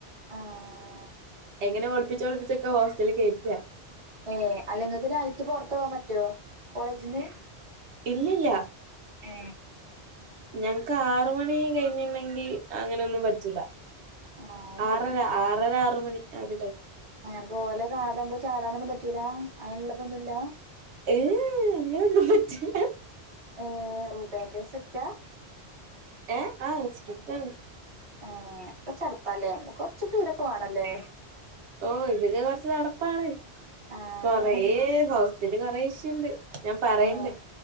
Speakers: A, on the right (about 30°); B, on the right (about 80°).
A: ആഹ്
B: എങ്ങനെ ഒളിപ്പിച്ച് ഒളിപ്പിച്ചൊക്കെ ഹോസ്റ്റലി കയറ്റാ
A: ഏ അല്ലങ്ങക്ക് നൈറ്റ് പൊറത്ത് പോവാൻ പറ്റോ കോളേജിന്ന്
B: ഇല്ല്യല്ല്യ
A: ഏ
B: ഞങ്‌ക്ക് ആറ് മണി കഴിഞ്ഞിണ്ടെങ്കി അങ്ങനൊന്നും പറ്റൂല്ല
A: ആഹ് ശരി
B: ആറര ആറര ആറ് മണി ആ ഒരു ടൈം
A: എ പോലെ കാണാതമ്മക്ക് ചാടാനൊന്നും പറ്റൂല അയ്നുള്ളതൊന്നുല്ല
B: ഏഹ് അങ്ങനൊന്നും പറ്റൂല്ല
A: ഏ ഉ ഭയങ്കര സ്‌ട്രിക്‌ട്ട
B: ഏ ആ സ്ട്രിക്ട്ടാണ്
A: ആ അപ്പ ചടപ്പാല്ലേ ഞമ്മക്ക് കൊർച്ച് ഫ്രീടൊക്കെ വാണല്ലേ
B: ഓ ഇതൊക്കെ കൊർച്ച് നടപ്പാണ്
A: ആഹ്
B: കൊറേ ഹോസ്റ്റല് കൊറേ ഇഷ്യൂണ്ട് ഞാൻ പറയണ്ട്
A: ഏ